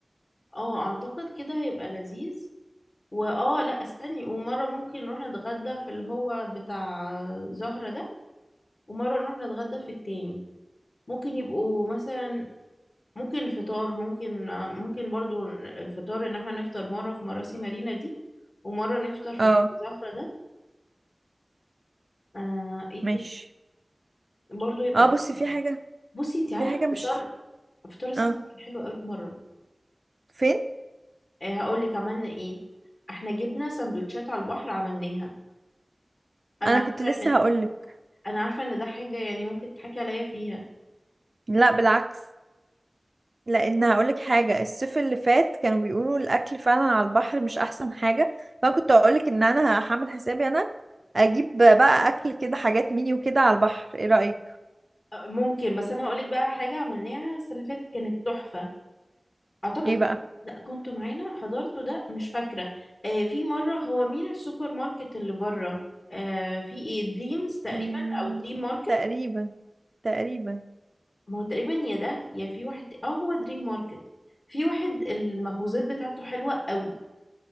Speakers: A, on the left (about 65°); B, on the right (about 55°).
A: آه، اعتقد كده هيبقى لذيذ واه لا استني ومره ممكن نروح نتغدى في اللي هو بتاع زهرة ده ومره نروح نتغدى في التاني ممكن يبقوا مثلا ممكن فطار ممكن ممكن برضو الفطار ان احنا نفطر مرة في مراسي مارينا دي ومرة نفطر في
B: اه
A: بتاع زهرة ده آه ايه
B: ماشي
A: تاني برضو يبقى
B: اه
A: تغيير
B: بصي في حاجة
A: بصي انت عارفة
B: في حاجة
A: الفطار
B: مش
A: فطار السنة
B: اه
A: كان حلو قوي في مرة
B: فين
A: آه هقول لك عملنا ايه احنا جبنا سندوتشات على البحر عملناها انا
B: انا كنت
A: عارفة
B: لسه
A: ان
B: هقولك
A: انا عارفة ان ده حاجة يعني ممكن تضحكي عليا فيها
B: لا بالعكس لان هقولك حاجة الصيف اللي فات كانوا بيقولوا الاكل فعلا على البحر مش احسن حاجة فانا كنت هقولك ان انا هعمل حسابي انا اجيب بقى اكل كده حاجات ميني وكده على البحر ايه رأيك
A: آه، ممكن بس انا هقول لك بقى حاجة عملناها السنة اللي فاتت كانت تحفة اعتقد
B: ايه
A: كنت-
B: بقى
A: لا كنت معانا حضرته ده مش فاكره آه في مره هو مين السوبر ماركت اللي بره آه في ايه دريمز تقريبا
B: آه...
A: او دريم ماركت
B: تقريبا تقريبا
A: ما هو تقريبا يا ده يا في واحد ت- اه هو دريم ماركت في واحد المخبوزات بتاعته حلوه قوي